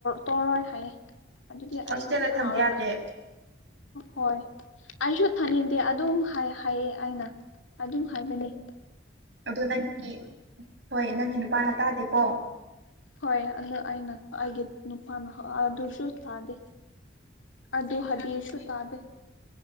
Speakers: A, on the left (about 85°); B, on the right (about 65°).
A: ꯇꯧꯔꯣꯏ ꯍꯥꯏꯌꯦ ꯑꯗꯨꯗꯤ
B: ꯍꯣꯁꯇꯦꯜꯗ
A: ꯑꯩ ꯁꯥꯎꯔꯒ
B: ꯊꯝꯒꯦ ꯌꯥꯗꯦ
A: ꯍꯣꯏ ꯑꯩꯁꯨ ꯊꯥꯅꯤꯡꯗꯦ ꯑꯗꯨꯝ ꯍꯥꯏ ꯍꯥꯏꯌ‌ꯦ ꯑꯩꯅ ꯑꯗꯨꯝ ꯍꯥꯏꯕꯅꯦ
B: ꯑꯗꯨ ꯅꯪꯒꯤ ꯍꯣꯏ ꯅꯪꯒꯤ ꯅꯨꯄꯥꯅ ꯇꯥꯗꯦꯀꯣ
A: ꯍꯣꯏ ꯑꯗꯨ ꯑꯩꯅ ꯑꯩꯒꯤ ꯅꯨꯄꯥꯅ ꯑꯗꯨꯁꯨ ꯇꯥꯗꯦ ꯑꯗꯨ ꯍꯥꯏꯕꯤꯔꯁꯨ ꯇꯥꯗꯦ